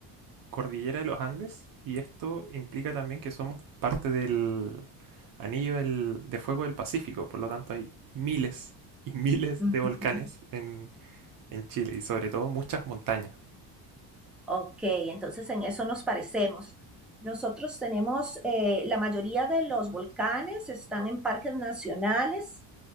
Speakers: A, on the right; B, in the centre.
A: cordillera de los Andes y esto implica también que somos parte del, anillo del- de fuego del Pacífico, por lo tanto hay miles y miles
B: Ujú.
A: de volcanes en, en Chile y sobre todo muchas montañas.
B: Ok, entonces en eso nos parecemos. Nosotros tenemos, eh, la mayoría de los volcanes están en parques nacionales,